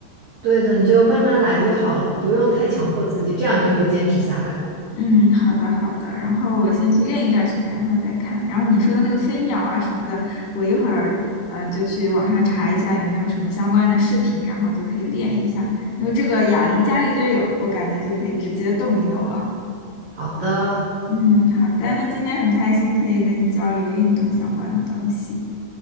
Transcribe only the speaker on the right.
对的，你就慢慢来就好了，不用太强迫自己，这样你就会坚持下来了。
好的，